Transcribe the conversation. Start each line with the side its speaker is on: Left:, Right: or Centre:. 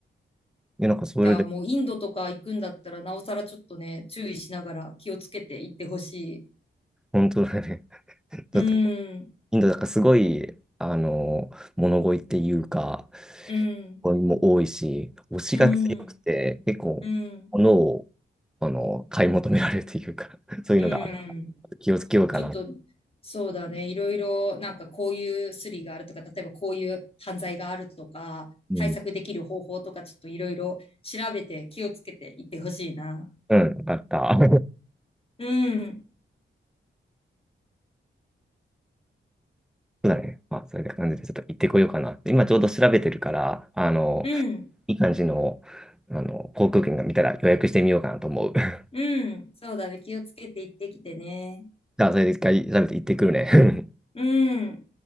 Centre: や、なんかそれで、
Left: じゃあもうインドとか行くんだったらなおさらちょっとね、注意しながら気をつけて行ってほしい。
Centre: 本当だね。<laughs>
Left: う
Centre: ちょっと、
Left: ん、
Centre: インドだからすごい、あの、物乞いっていうか、
Left: うん、
Centre: 物乞いも多いし、推しが強くて、
Left: うん、
Centre: 結構、
Left: うん、
Centre: 物を、あの、買い求められるというか、<laughs> そういうのが
Left: うん。
Centre: 気をつけようかな。
Left: ちょっと、そうだね。いろいろ、なんかこういうスリがあるとか、例えばこういう犯罪があるとか、
Centre: うん。
Left: 対策できる方法とか、ちょっといろいろ調べて気をつけていってほしいな。
Centre: うん、よかった。
Left: うん、
Centre: そうだね。まあ、そういう感じでちょっと行ってこようかな今ちょうど調べてるから、あの、
Left: うん、
Centre: いい感じの、あの、航空券が見たら予約してみようかなと思う。<laughs>
Left: うん。そうだね。気をつけていってきてね。
Centre: じゃあ、それで一回調べて行ってくるね。
Left: うん。